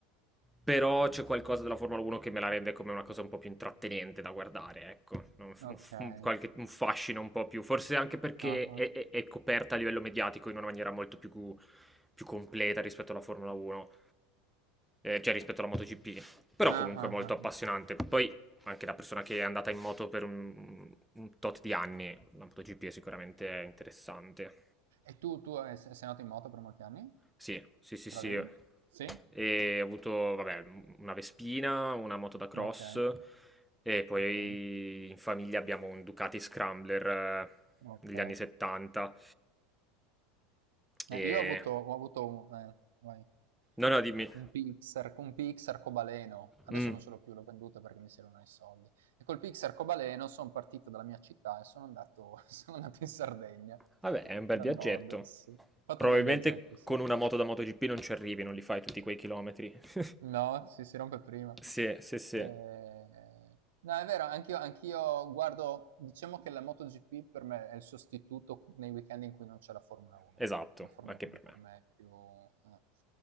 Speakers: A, in the centre; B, on the right.
A: però c'è qualcosa della Formula 1 che me la rende come una cosa un po' più intrattenente da guardare, ecco. Un, f- un
B: Ok.
A: f-
B: Ah,
A: un qualche- un fascino un po' più, forse anche perché
B: ah.
A: è, è- è coperta a livello mediatico in una maniera molto più, più completa rispetto alla Formula 1, eh, cioè rispetto alla MotoGP. Però
B: Ah,
A: comunque
B: ah,
A: è molto
B: ah.
A: appassionante. Poi, anche da persona che è andata in moto per un, un tot di anni, la MotoGP è sicuramente interessante.
B: E tu, tu eh, se- sei andato in moto per molti anni?
A: Sì, sì, sì,
B: Ce
A: sì.
B: l'avevi? Sì?
A: E ho avuto, vabbè, m- una Vespina, una moto da cross
B: Ok,
A: e poi
B: ok,
A: in famiglia abbiamo un Ducati Scrambler eh,
B: ok.
A: degli anni 70.
B: Eh,
A: E...
B: io ho avuto, ho avuto un, eh, vai,
A: No, no, dimmi.
B: un Pix, arc- un Pix arcobaleno, adesso
A: Mm.
B: non ce l'ho più, l'ho venduto perché mi servono i soldi. E col Pix arcobaleno sono partito dalla mia città e sono andato, <laughs> sono andato in Sardegna,
A: Vabbè, è un bel
B: dal
A: viaggetto.
B: nord, sì. Ho fatto
A: Probabilmente
B: un bel viaggetto, sì.
A: con una moto da MotoGP non ci arrivi, non li fai tutti quei chilometri. <laughs>
B: No, si, si rompe prima.
A: Sì, sì, sì.
B: Eh, no, è vero, anch'io, anch'io guardo, diciamo che la MotoGP per me è il sostituto nei weekend in cui non c'è la Formula 1.
A: Esatto,
B: La Formula
A: anche
B: 1
A: per
B: per
A: me.
B: me è più, eh,